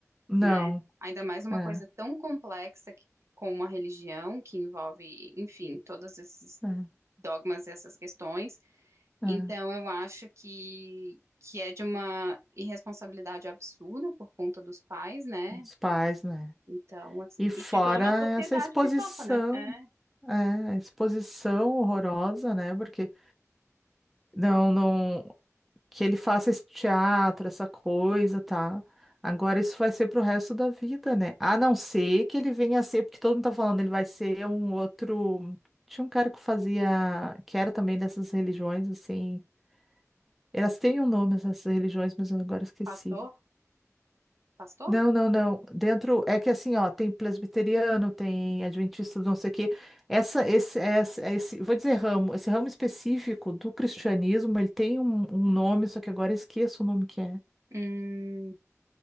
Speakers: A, in the centre; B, on the right.
A: Não,
B: né? Ainda mais uma
A: é,
B: coisa tão complexa que como uma religião que envolve, enfim, todos esses
A: é,
B: dogmas e essas questões.
A: é.
B: Então, eu acho que, que é de uma irresponsabilidade absurda por conta dos pais, né?
A: Os pais, né?
B: Então, assim,
A: E fora
B: e de toda uma sociedade
A: essa exposição,
B: que topa, né? É,
A: é, a exposição horrorosa, né? Porque não, não. que ele faça esse teatro, essa coisa, tá? Agora isso vai ser pro resto da vida, né? A não ser que ele venha a ser, porque todo mundo tá falando, ele vai ser um outro. Tinha um cara que fazia, que era também dessas religiões, assim. Elas têm um nome, essas religiões, mas eu agora esqueci.
B: pastor, pastor?
A: Não, não, não. Dentro é que assim, ó, tem presbiteriano, tem adventista, do não sei o quê. Essa, esse, essa, esse, vou dizer ramo, esse ramo específico do cristianismo, ele tem um, um nome, só que agora eu esqueço o nome que é.
B: Hum,